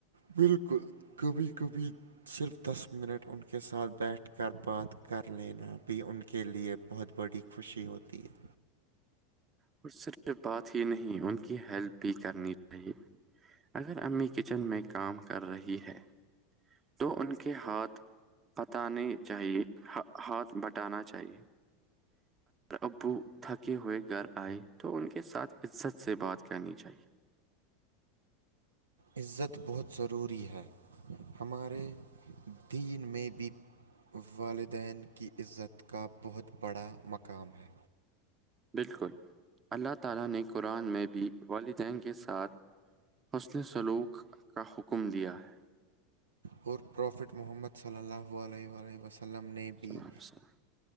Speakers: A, on the right; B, on the right.
A: بالکل کبھی کبھی صرف دس منٹ ان کے ساتھ بیٹھ کر بات کر لینا بھی ان کے لیے بہت بڑی خوشی ہوتی ہے
B: اور صرف بات ہی نہیں، ان کی ہیلپ بھی کرنی چاہیے اگر امی کچن میں کام کر رہی ہے تو ان کے ہاتھ بتانے چاہیے ہاتھ بٹانا چاہیے ابو تھکے ہوئے گھر آئے تو ان کے ساتھ عزت سے بات کرنی چاہیے
A: عزت بہت ضروری ہے ہمارے دین میں بھی والدین کی عزت کا بہت بڑا مقام ہے
B: بالکل اللہ تعالی نے قران میں بھی والدین کے ساتھ حسن سلوک کا حکم دیا ہے
A: اور پروفٹ محمد صلی اللہ علل وسلم نے بھی
B: سلام سلام